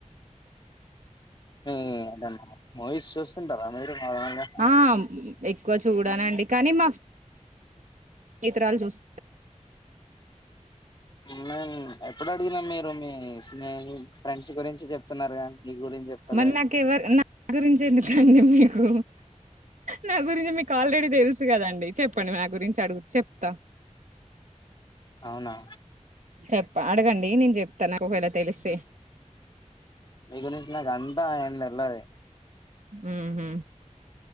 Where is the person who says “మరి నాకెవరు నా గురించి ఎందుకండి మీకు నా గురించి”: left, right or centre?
Right